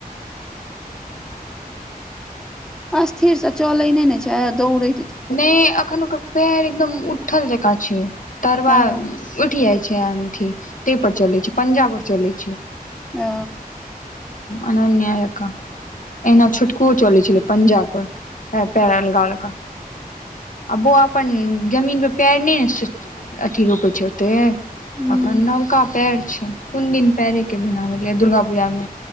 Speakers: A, in the centre; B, on the left (about 55°).
A: अस्थिर से चलै नहि ने छै दौड़
B: नै अखन ओकर पैर एकदम उठल जेका छै तरव
A: हँ
B: उठि छैठ ताहि पर चले छ पंजाब परर चले
A: ओ
B: अनन्यायका एना छूटकु चल छै पंजाब प पेर लगालक आ बौआ अपन जमीन पर पैर नहि ने अथी रोपै छै ओत एखन
A: ह्म
B: नवका पएर छै कोन दिन पएरेके भना भेलैए दुर्गा पूजाम